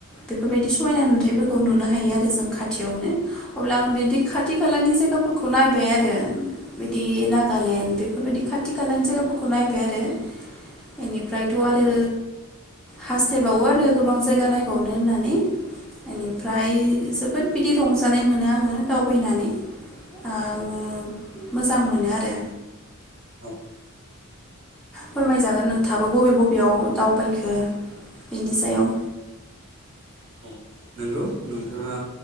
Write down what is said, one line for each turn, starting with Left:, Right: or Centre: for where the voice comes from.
Centre: बेफोरबायदि समायना नुथायफोरखौ नुनो हायो आरो जों खाथियावनो अब्ला आं बिदि खाथि खालानि जायगाफोरखौ नायबाय आरो बिदि नागालेण्ड बेफोरबायदि खाथ थि खालानि जायगाफोरखौ नायबाय आरो बेनिफ्रायथ' आरो हास सायबावो आरो गोबां जायगा नायबावनो होननानै बेनिफ्राय जोब बोद बिदि रंजानाय मोनो आङो दावबायनानै आङो
Right: औ
Centre: मोजां मोनो आरो
Right: औ
Centre: फोरमायजागोन नोंथाङाबो बबे बबेयाव दावबायखो बेनि सायाव
Right: औ नंगौ नोंथाङा